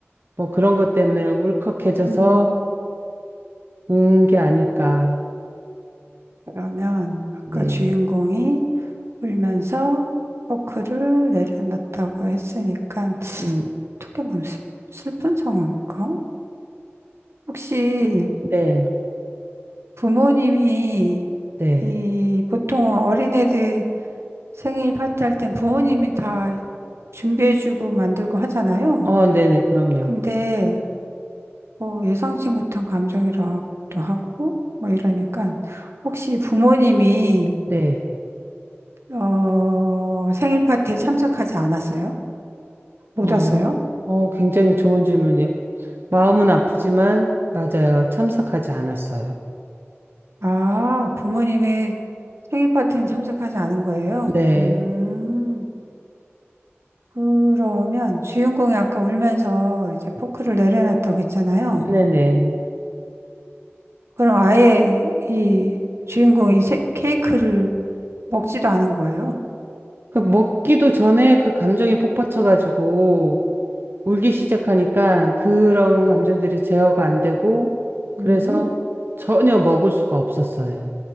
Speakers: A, on the right; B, on the right.
A: 뭐 그런 것 때문에 울컥해져서
B: 음,
A: 운 게 아닐까.
B: 그러면 아까
A: 네,
B: 주인공이 울면서 포크를 내려놨다고 했으니까
A: 음,
B: 어떻게 보면 슬- 슬픈 상황일까? 혹시
A: 네,
B: 부모님이
A: 네.
B: 이 보통 어린애들 생일 파티 할 땐 부모님이 다 준비해주고 만들고 하잖아요.
A: 어, 네네, 그럼요.
B: 근데 뭐 예상치 못한 감정이라고도 하고 뭐 이러니까 혹시 부모님이
A: 네.
B: 어 생일 파티에 참석하지 않았어요? 못
A: 어,
B: 왔어요?
A: 어, 굉장히 좋은 질문이에요. 마음은 아프지만, 맞아요. 참석하지 않았어요.
B: 아, 부모님의 생일 파티는 참석하지 않은 거예요?
A: 네,
B: 음. 그러면 주인공이 아까 울면서 이제 포크를 내려놨다고 했잖아요.
A: 네네.
B: 그럼 아예 이 주인공이 세- 케이크를 먹지도 않은 거예요.
A: 그 먹기도 전에 그 감정이 폭받쳐가지고 울기 시작하니까 그런 감정들이 제어가 안 되고, 그래서
B: 음.
A: 전혀 먹을 수가 없었어요.